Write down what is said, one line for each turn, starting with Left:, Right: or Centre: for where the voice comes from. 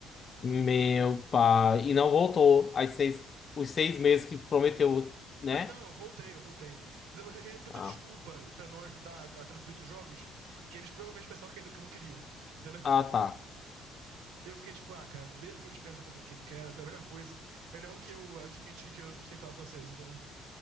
Left: Meu pai. E não voltou. As seis, os seis meses que prometeu, né?
Right: Não, não, eu voltei, eu voltei. Mas eu arranjei tanta
Left: Ah,
Right: desculpa pra não ajudar a traduzir outros jogos que eles provavelmente pensavam que que eu não queria. Entendeu?
Left: ah, tá.
Right: E eu fiquei tipo, ah, cara, desde que eles pensam que eu não, que não quero, é a melhor coisa. Melhor do que eu admitir que eu não sei falar francês, entendeu?